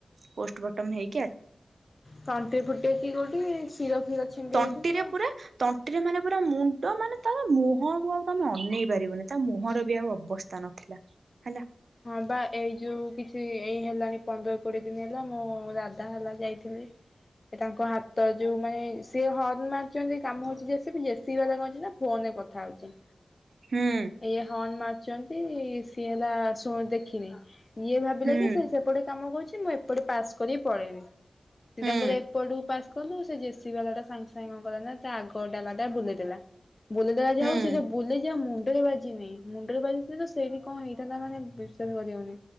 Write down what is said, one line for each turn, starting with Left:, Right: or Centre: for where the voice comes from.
Right: ପୋଷ୍ଟବଟମ ହେଇ
Left: ତଣ୍ଟିରେ ଫୁଟିଛିି କୋଉଠି ଶିର ଫିର ଛିଣ୍ଡିଯାଇଥିବ।
Right: ତଣ୍ଟିରେ ପୁରା ତଣ୍ଟିରେ ମାନେ ପୁରା ମୁଣ୍ଡ ମାନେ ତାର ମୁହଁକୁ ଆଉ ତମେ ଅନେଇ ପାରିବନି। ତା ମୁହଁର ବି ଆଉ ଅ ଅବସ୍ଥା ନଥିଲା ହେଲା।
Left: ହଁ ବା ଏଇ ଯୋଉ କିଛି ଏଇ ହେଲାଣି ପନ୍ଦର କୋଡିଏ ଦିନ ହେଲା। ମୁଁ ଦାଦା ହେଲା ଯାଇଥିଲି। ଇ ତାଙ୍କ ହାତ ଯୋଉ ମାନେ ସିଏ ହର୍ନ ମାରିଚନ୍ତି। କାମ ହଉଚି ବି ଜେସିବି ବାଲା କଣ ହେଇଚି ନା ଫୋନରେ ରେ କଥା ହଉଚି।
Right: ହୁଁ
Left: ଇଏ ହର୍ଣ ମାରୁଚନ୍ତି ସିଏ ହେଲା ଶୁ -ଦେଖିନି। ଇଏ ଭାବିଲା
Right: ହୁଁ
Left: କି ସିଏ ସେପଟେ କାମ କରୁଛି। ମୁଁ ଏପଟେ ପାସ୍ କରିକି ପଳେଇମି। ସିଏ
Right: ହୁଁ
Left: ତାଙ୍କର ଏପଟକୁ ପାସ୍ କରନ୍ତୁ ସେ ଜେସି ବାଲା ଟା ସାଙ୍ଗ ସାଙ୍ଗେ କଣ କଣ ନା ତା ଆଗ ଡାଲାଟା ବୁଲେଇ ଦେଲା। ବୁଲେଦେଲା ଯା
Right: ହୁଁ
Left: ହଉ ସେ ଯୋଉ ବୁଲିଯିବା ମୁଣ୍ଡରେ ବାଜିନି। ମୁଣ୍ଡରେ ବାଜି ଥିଲେ ତ ସେଇଠି କଣ ହେଇଥାନ୍ତା ମାନେ ବିଶ୍ବାସ କରିହଉନି